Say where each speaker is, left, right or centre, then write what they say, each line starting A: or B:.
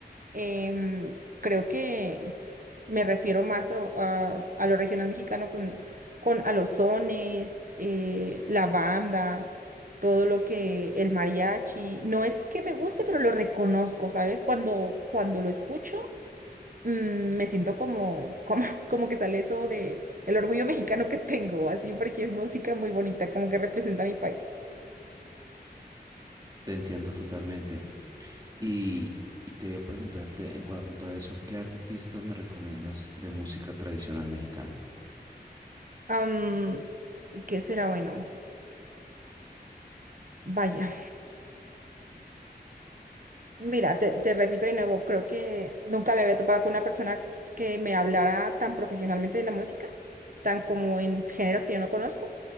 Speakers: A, on the right; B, on the right.
A: Em, creo que me refiero más a, a- a lo regional mexicano con, con a los sones, eh, la banda, todo lo que el mariachi. No es que me guste, pero lo reconozco, ¿sabes? Cuando, cuando lo escucho, mm, me siento como, como, <laughs> como que sale eso de el orgullo mexicano que tengo, así porque es música muy bonita, como que representa a mi país.
B: Te entiendo totalmente. Y, y quería preguntarte en cuanto a eso, ¿qué artistas me recomiendas de música tradicional mexicana?
A: Am, ¿qué será bueno? Vaya. Mira, te, te repito de nuevo, creo que nunca me había topado con una persona que me hablara tan profesionalmente de la música, tan como en géneros que yo no conozco.